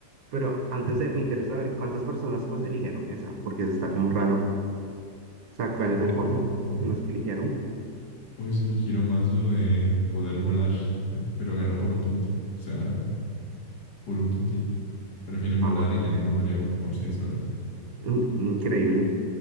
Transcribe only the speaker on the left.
Ah,
pues eligió más lo de poder volar, <laughs> pero ganó por un punto. O sea, por un puntito. Prefieren
volar
y tener un mareo por seis horas.